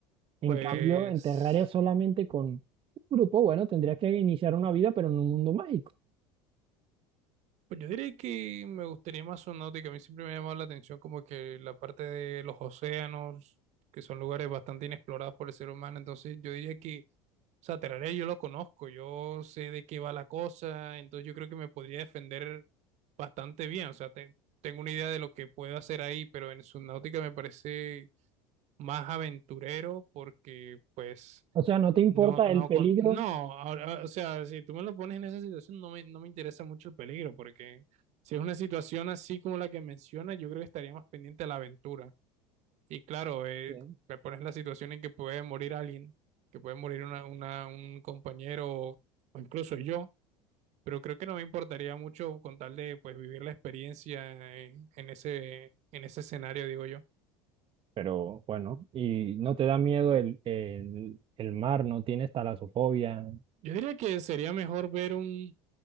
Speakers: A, on the right; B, on the right.
A: En
B: pues
A: cambio, en Terraria solamente con un grupo, bueno, tendrías que iniciar una vida, pero en un mundo mágico.
B: pues yo diría que me gustaría más Subnautica, a mí siempre me ha llamado la atención como que la parte de los océanos, que son lugares bastante inexplorados por el ser humano, entonces yo diría que O sea, Terraria yo lo conozco, yo sé de qué va la cosa, entonces yo creo que me podría defender bastante bien. O sea, te- tengo una idea de lo que puedo hacer ahí, pero en Subnautica me parece más aventurero porque, pues,
A: O sea, no te importa
B: no, no
A: el peligro,
B: con. No, ahora, o sea, si tú me lo pones en esa situación, no me, no me interesa mucho el peligro, porque si es una situación así como la que mencionas, yo creo que estaría más pendiente a la aventura. Y claro, eh,
A: Sí.
B: te pones en la situación en que puede morir alguien, que puede morir una, una, un compañero o, o incluso yo, pero creo que no me importaría mucho con tal de pues vivir la experiencia en, en ese, en ese escenario, digo yo.
A: pero bueno, y no te da miedo el, el, el mar, no tienes talasofobia,
B: Yo diría que sería mejor ver un,